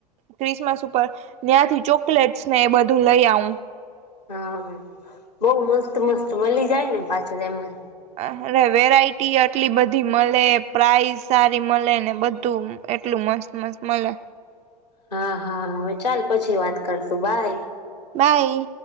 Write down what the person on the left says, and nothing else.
હા બઉ મસ્ત મસ્ત મળી જાય ને પાછું એમાં
હા હા હવે ચાલ પછી વાત કરશું બાય.